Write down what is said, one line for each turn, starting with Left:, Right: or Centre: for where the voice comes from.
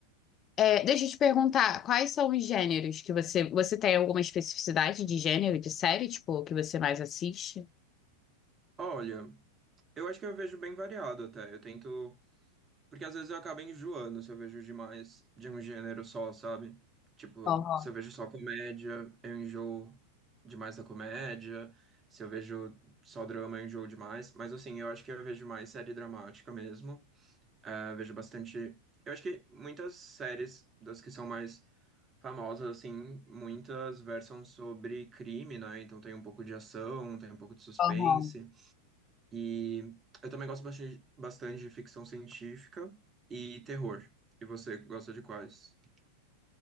Left: É, deixa eu te perguntar, quais são os gêneros que você... Você tem alguma especificidade de gênero de série, tipo, que você mais assiste?
Right: Olha, eu acho que eu vejo bem variado até. Eu tento Porque às vezes eu acabo enjoando se eu vejo demais de um gênero só, sabe? Tipo,
Left: Aham,
Right: se eu vejo só comédia, eu enjoo demais da comédia. Se eu vejo só drama, eu enjoo demais. Mas assim, eu acho que eu vejo mais série dramática mesmo. Eh, vejo bastante. Eu acho que muitas séries das que são mais famosas, assim, muitas versam sobre crime, né? Então tem um pouco de ação, tem um pouco de suspense.
Left: aham.
Right: E eu também gosto bastante, bastante de ficção científica e terror. E você gosta de quais?